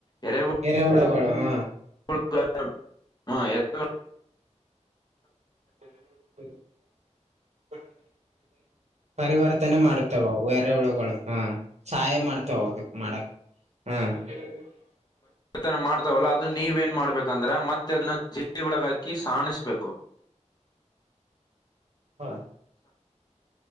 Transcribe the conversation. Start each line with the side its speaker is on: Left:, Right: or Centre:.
Left: ಎರೆ ಹು <unintelligible>
Right: ಎರೆ ಹುಳುಗಳು. <unintelligible>
Left: ಕುತ್ತಕ್ಕ. <unintelligible> ಹಾ ಎತ್ತು. <unintelligible>
Right: <inaudible> <unintelligible> ಪರಿವರ್ತನೆ ಮಾಡತಾವವು ಎರೆ ಹುಳುಗಳು ಹ ಸಹಾಯ ಮಾಡ್ತಾವ ಅದಕ್ಕ ಮಾಡಕ್. <unintelligible> ಹ. <unintelligible>
Left: ತನ ಮಾಡ್ತಾವಲ್ಲ ಅದನ್ನ ನೀವ ಏನ್ ಮಾಡ್ಬೇಕಂದ್ರ ಮತ್ತೆ ಅದನ್ನ ಜರಡಿವಳಗ ಹಾಕಿ ಸಾಣಿಸ್ಬೇಕು. <unintelligible>
Right: ಹಾ. <unintelligible>